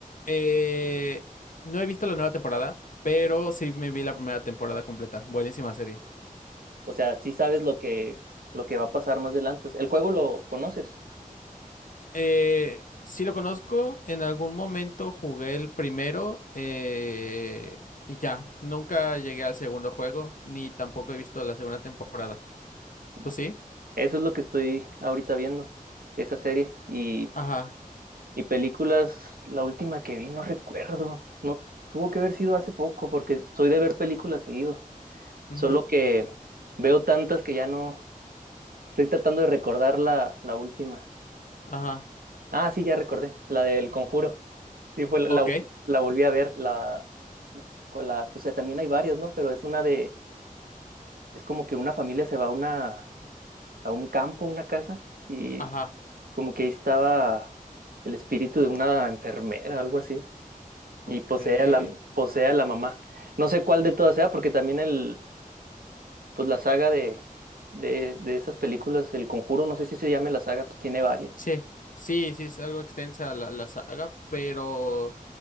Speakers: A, on the left (about 65°); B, on the right (about 85°).
A: Eh, no he visto la nueva temporada, pero sí me vi la primera temporada completa. Buenísima serie.
B: O sea, sí sabes lo que, lo que va a pasar más adelante. O sea, el juego lo conoces.
A: Eh, sí lo conozco, en algún momento jugué el primero eh, y ya, nunca llegué al segundo juego, ni tampoco he visto la segunda temporada. ¿Tú
B: Ah,
A: sí?
B: pues, Eso es lo que estoy ahorita viendo, esa serie. Y,
A: Ajá,
B: y películas, la última que vi, no recuerdo. No, tuvo que haber sido hace poco, porque soy de ver películas seguido.
A: ujú,
B: Solo que veo tantas que ya no. Estoy tratando de recordar la, la última.
A: ajá,
B: Ah, sí, ya recordé, la del Conjuro. Sí, fue la,
A: ok,
B: la vol- la volví a ver, la, con la, pues eh, también hay varias, ¿no? Pero es una de, es como que una familia se va a una, a un campo, una casa, y
A: ajá,
B: como que ahí estaba el espíritu de una enfermera, algo así,
A: ok.
B: y posee a la, posee a la mamá. No sé cuál de todas sea, porque también el, pues la saga de, de, de esas películas, El Conjuro, no sé si se llame la saga, pues tiene varias.
A: Sí, sí, sí, es algo extensa la, la saga, pero